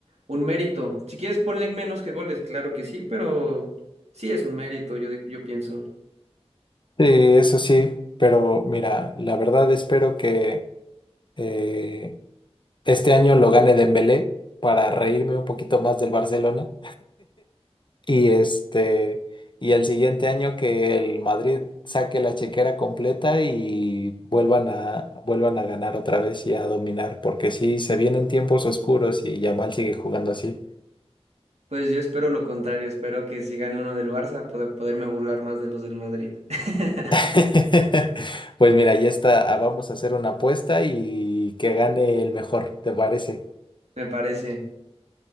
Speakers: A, on the right; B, on the left.
A: Un mérito. Si quieres, ponle menos que goles, claro que sí, pero sí es un mérito, yo, yo pienso.
B: Sí, eso sí, pero mira, la verdad espero que eh, este año lo gane Dembélé para reírme un poquito más del Barcelona. Y este, y el siguiente año que el Madrid saque la chequera completa y vuelvan a, vuelvan a ganar otra vez y a dominar, porque sí, se vienen tiempos oscuros y Yamal sigue jugando así.
A: Pues yo espero lo contrario, espero que si gane uno del Barça pueda poderme burlar más de los del Madrid. <laughs>
B: <laughs> Pues mira, ya está, ah, vamos a hacer una apuesta y que gane el mejor, ¿te parece?
A: Me parece.